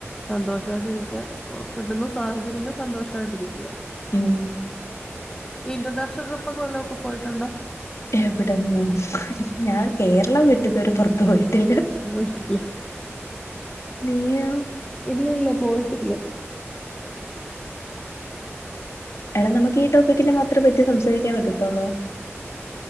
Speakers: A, on the left; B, on the left.
A: സന്തോഷവായിട്ടിരിക്കുക, കിട്ടുന്ന സാഹചര്യങ്ങൾ സന്തോഷവായിട്ടിരിക്കുക.
B: ഉം
A: ഇന്റർനാണൽ ട്രിപ്പ്ക്കെ വല്ലതൊക്കെ പോയിട്ടുണ്ടോ?
B: എവിടന്നു, ഞാൻ കേരളം വിട്ട് ത്‌വരെ പൊറത്ത് പോയിട്ടില്ല.
A: നിങ്ങൾ പോയിട്ടുണ്ടോ,
B: നീയോ
A: ഇല്ല ഇല്ല പോയിട്ടില്ല.
B: എടാ നമുക്കീ ടോപ്പിക്കിനെ മാത്ര പറ്റി സംസാരിക്കാൻ പറ്റത്തൊള്ളോ